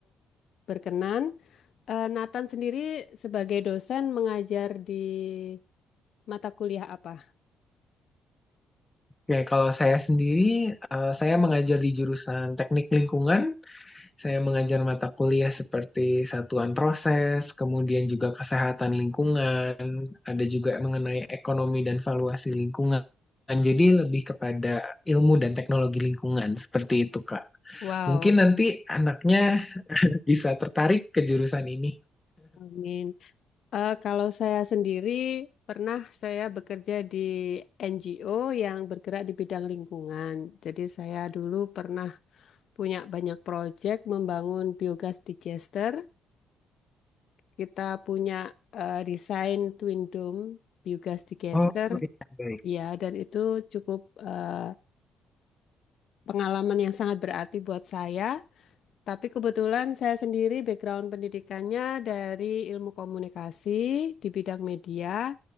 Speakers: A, on the left (about 65°); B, on the left (about 15°).
A: berkenan, eh, Nathan sendiri sebagai dosen mengajar di mata kuliah apa?
B: Ya, kalau saya sendiri, eh, saya mengajar di jurusan teknik lingkungan. Saya mengajar mata kuliah seperti satuan proses, kemudian juga kesehatan lingkungan, ada juga mengenai ekonomi dan valuasi lingkungan. Jadi lebih kepada ilmu dan teknologi lingkungan, seperti itu, Kak.
A: Wow,
B: Mungkin nanti anaknya bisa tertarik ke jurusan ini.
A: amin. Eh, kalau saya sendiri pernah saya bekerja di NGO yang bergerak di bidang lingkungan. Jadi saya dulu pernah punya banyak proyek membangun biogas digester Kita punya eh, desain Twin Dome Biogas digester,
B: Oh, iya, baik.
A: ya, dan itu cukup eh, pengalaman yang sangat berarti buat saya. Tapi kebetulan saya sendiri background pendidikannya dari ilmu komunikasi di bidang media,